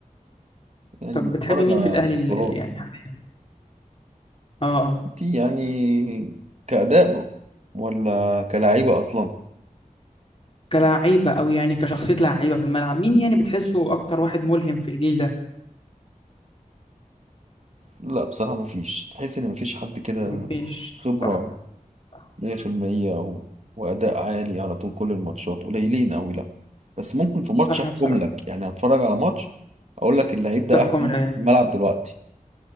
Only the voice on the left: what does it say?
طب
بتحب مين
في الاهلي ال-
ال- يعني حاليا اه اه
كلاعيبه او يعني كشخصيه لعيبه في الملعب مين يعني بتحسه اكتر واحد ملهم في الجيل ده
مفيش
صح صح
صح
بصراحه
تحكم
العين